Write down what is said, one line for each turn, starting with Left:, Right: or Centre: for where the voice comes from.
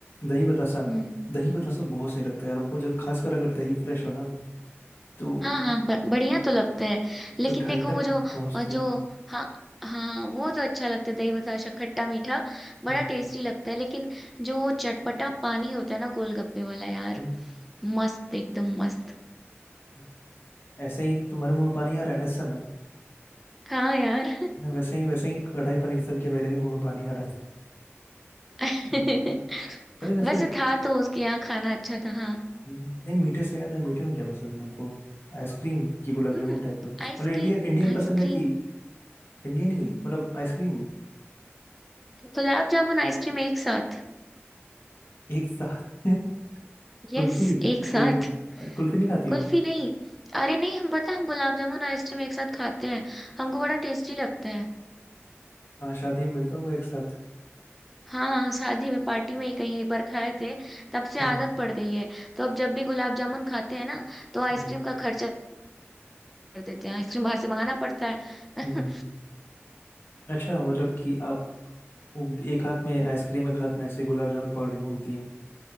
Left: दही बतासा
Centre: हम्म
Left: दही बतासा बहुत सही लगता है यार हमको जब खासकर अगर दही फ्रेश हो ना तो
Centre: हाँ हाँ
Left: जो
Centre: ब- बढ़िया
Left: जो,
Centre: तो लगता है
Left: जो
Centre: लेकिन
Left: ठंडक
Centre: देखो वो जो
Left: पहुंचती
Centre: और
Left: है
Centre: जो हाँ हाँ वो तो अच्छा लगता है दही बताशा खट्टा मीठा बड़ा
Left: हम्म,
Centre: टेस्टी लगता है लेकिन जो वो चटपटा पानी होता है ना गोलगप्पे वाला यार
Left: हम्म, हम्म।
Centre: मस्त एकदम मस्त
Left: हम्म। ऐसे ही तुम्हारे मुंह में पानी आ रहा है ना इस समय
Centre: हाँ यार
Left: नहीं, वैसे ही वैसे ही कढ़ाई पनीर सुन के मेरे भी मुंह में पानी आ रहा था
Centre: <laughs>
Left: हम्म। अरे वैसे
Centre: वैसे था तो उसके यहाँ खाना अच्छा था हाँ
Left: हम्म, नहीं मीठे से याद है मीठे में क्या पसंद है हमको आइसक्रीम की गुलाब
Centre: हम्म
Left: जामुन टाइप का कुछ
Centre: Ice cream
Left: मतलब इंडियन इंडियन पसंद
Centre: ice cream
Left: है कि इंडियन ही
Centre: हम्म,
Left: मतलब आइसक्रीम
Centre: गुलाब जामुन आइसक्रीम एक साथ
Left: एक साथ <laughs>
Centre: यस
Left: कुल्फी
Centre: एक साथ
Left: कुल कुल्फी नहीं खाती
Centre: कुल्फी
Left: हो
Centre: नहीं अरे नहीं हम पता है, हम गुलाब जामुन आइसक्रीम एक साथ खाते हैं हमको बड़ा टेस्टी लगता है
Left: हाँ शादी में मिलता होगा एक साथ
Centre: हाँ हाँ, शादी में पार्टी में ही कहीं एक बार खाए थे तब से
Left: हम्म,
Centre: आदत पड़ गई है तो अब जब भी गुलाब जामुन खाते हैं ना तो आइसक्रीम
Left: हम्म।
Centre: का खर्चा कर देते हैं आइसक्रीम बाहर से मंगाना पड़ता है <laughs>
Left: हम्म
Centre: हम्म,
Left: अच्छा मतलब कि आप वो एक हाथ में आइसक्रीम एक हाथ में ऐसे गुलाब जामुन पकड़ के घूमती हैं